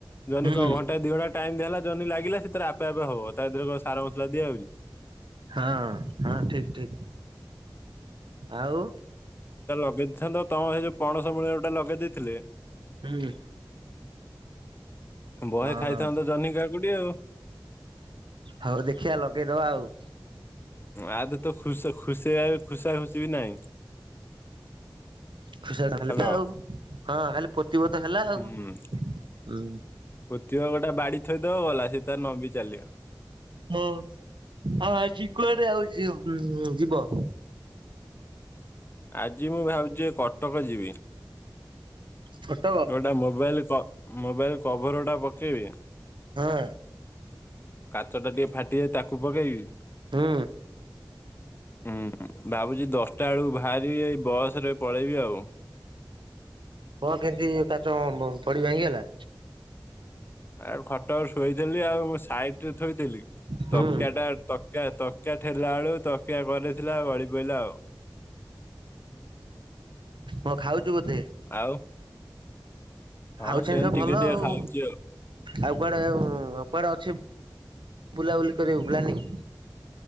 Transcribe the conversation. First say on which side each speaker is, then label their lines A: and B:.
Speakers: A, on the left (about 25°); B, on the right (about 75°).
A: ଜହ୍ନି
B: ହୁଁ
A: କଣ ଘଟା <inaudible> ଟାଇମ ଦିଆ ହେଲା ଜନି ଲାଗିଲା ସେଥିରେ ଆପେ ଆପେ ହବ ତା ଧେରେ କଣ ସାର ମସଲା ଦିଆଯାଉଛି।
B: ହଁ ହଁ ଠିକ୍ ଠିକ୍ ଆଉ?
A: <inaudible> ତମ ସେ ଯୋଉ ପଣସ ମୂଳେ ଗୋଟେ ଯଉ ଲଗେଇ ଦେଇଥିଲି।
B: ହୁଁ।
A: ବହେ
B: ହଁ
A: ଖାଇଥାନ୍ତ ଜନ୍ହି କାକୁଡି ଆଉ।
B: ହଉ ଦେଖିିବା ଲଗେଇଦବା ଆଉ।
A: ଆ ଦିହରେ ତ ଖୁସା ଖୁସିବା ଖୁସା ଖୁସି ବି ନାଇଁ।
B: ଖୁସି ଖତ
A: ହ୍ୟାଲୋ
B: ଆଉ, ହଁ, ଖାଲି ପୋତିବ ତ ହେଲା
A: ହୁଁ
B: ଆଉ। ହୁଁ
A: ପୋତିବ ଗୋଟେ ବାଡି ଥୋଇଦବ ଗଲା ସେ ତାର ନମ୍ବି ଚାଲିବ।
B: ହୋ। ହଁ, ଆଜି କୁଆଡେ ଆଉ ଜି ଯିବ।
A: ଆଜି ମୁଁ ଭାବୁଛି କଟକ ଯିବି।
B: କଟକ?
A: ତ ଗୋଟା ମୋବାଇଲ କ ମୋବାଇଲ କଭର ଗୋଟା ପକେଇବି।
B: ହଁ।
A: କାଚ ଟା ଟିକେ ଫାଟିଯାଇଚି ତାକୁ ପକେଇବି।
B: ହୁଁ।
A: ହୁଁ ଭାବୁଛି ଦଶ ଟା ବେଳକୁ ବାହାରିବି ଏଇ ବସ ରେ ପଳେଇବି ଆଉ।
B: କଣ କେମିତି କାଚ ଵ ପଡି ଭାଙ୍ଗିଗଲା?
A: ଆଉ ଖଟରେ ଶୋଇଥିଲି ଆଉ ସାଇଡ ରେ ଥୋଇଥିଲି
B: ହୁଁ
A: ତକିଆ ଟା ତ କିଆ ତକିଆ ଠେଲା ବେଳୁ ତକିଆ କରେଥିଲା ଗଳି ପଇଲା ଆଉ।
B: କଁ ଖାଉଛୁ ବୋଧେ
A: ଆଉ ହଁ
B: ଆଉ
A: ସେମିତି
B: ଜିନି ସବୁ
A: ଟିକେ
B: ଭଲ
A: ଟିକେ
B: ଆଉ।
A: ଖାଉଛି ଆଉ।
B: ଆଉ କୁଆଡେ ଉଁ କୁଆଡେ ଅଛି ବୁଲାବୁଲି କରିବାକୁ ପ୍ଲାନିଂ?